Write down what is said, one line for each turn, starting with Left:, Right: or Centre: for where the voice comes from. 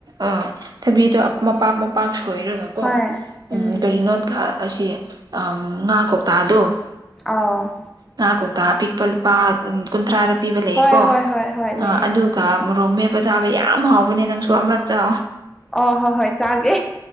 Right: ꯑꯥ ꯊꯕꯤꯗꯣ ꯃꯄꯥꯛ ꯃꯄꯥꯛ ꯁꯣꯏꯔꯒꯀꯣ
Centre: ꯍꯣꯏ
Right: ꯎ
Centre: ꯎꯝ
Right: ꯀꯔꯤꯅꯣ ꯑꯁꯤ ꯉꯥ ꯀꯧꯇꯥꯗꯣ
Centre: ꯑ
Right: ꯉꯥ ꯀꯧꯇꯥ ꯑꯄꯤꯛꯄ ꯂꯨꯄꯥ ꯀꯨꯟꯊ꯭ꯔꯥꯗ ꯄꯤꯕ ꯂꯩꯌꯦꯀꯣ
Centre: ꯍꯣꯏ ꯍꯣꯏ ꯍꯣꯏ ꯍꯣꯏ ꯂꯩꯌꯦ
Right: ꯑꯗꯨ ꯃꯣꯔꯣꯛ ꯃꯦꯞꯄ ꯆꯥꯕ ꯌꯥꯝ ꯍꯥꯎꯕꯅꯦ ꯅꯪꯁꯨ ꯑꯃꯔꯛ ꯆ
Centre: ꯑꯣ ꯍꯣꯏ ꯍꯣꯏ ꯆꯥꯒꯦ